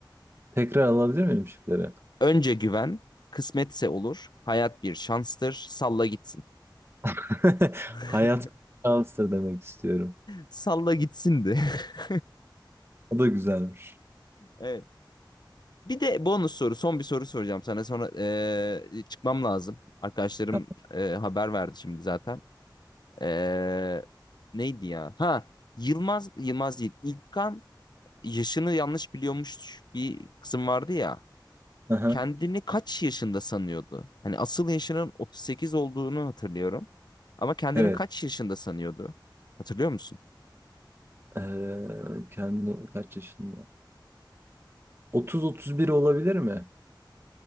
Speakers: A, on the right (about 30°); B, on the left (about 60°).
A: Tekrar alabilir miyim şıkları?
B: Önce güven, kısmetse olur. Hayat bir şanstır. Salla gitsin.
A: <laughs>
B: <laughs>
A: Hayat şanstır demek istiyorum.
B: Salla gitsindi. <laughs>
A: O da güzelmiş.
B: Evet. Bir de bonus soru, son bir soru soracağım sana. Sonra eee, çıkmam lazım. Arkadaşlarım
A: Tamam.
B: eee, haber verdi şimdi zaten. Eee, neydi ya? Ha, Yılmaz, Yılmaz değil. İlkan yaşını yanlış biliyormuş bir kısım vardı ya.
A: Aha,
B: kendini kaç yaşında sanıyordu? Hani asıl yaşının 38 olduğunu hatırlıyorum. Ama kendini
A: Evet.
B: kaç yaşında sanıyordu? Hatırlıyor musun?
A: Ee, kendini kaç yaşında? 30-31 olabilir mi?